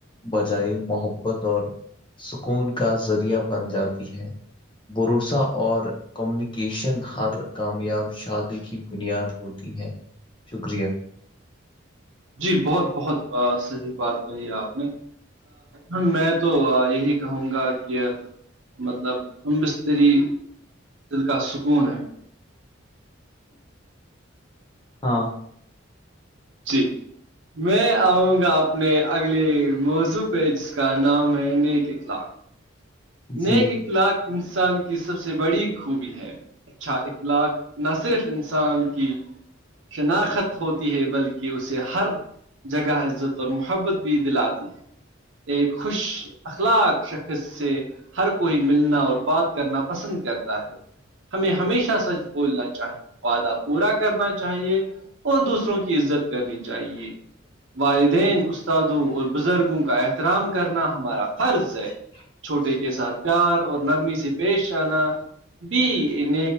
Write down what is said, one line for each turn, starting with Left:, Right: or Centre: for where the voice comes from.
Left: بجائے محبت اور سکون کا ذریعہ بن جاتی ہے بروسہ اور کمیونیکیشن ہر کامیاب شادی کی بنیاد ہوتی ہے شکریہ
Right: جی بہت بہت صحیح بات کہی ہے آپ نے ا میں تو یہی کہوں گا کہ مطلب ہم بستری دل کا سکون ہے
Left: ہاں
Right: جی میں آؤں گا اپنے اگلے موضوع پہ جس کا نام ہے نیک اخلاق نیک
Left: جی
Right: اخلاق انسان کی سب سے بڑی خوبی ہے اچھا اخلاق نہ صرف انسان کی شناخت ہوتی ہے بلکہ اسے ہر جگہ عزت اور محبت بھی دلاتی ہے ایک خوش اخلاق شخص سے ہر کوئی ملنا اور بات کرنا پسند کرتا ہے ہمیں ہمیشہ سچ بولنا چاہیے وعدہ پورا کرنا چاہیے اور دوسروں کی عزت کرنی چاہیے والدین استادوں اور بزرگوں کا احترام کرنا ہمارا فرض ہے
Left: <inaudible>
Right: یہ ساتھ پیار اور نرمی سے پیش آنا بھی ان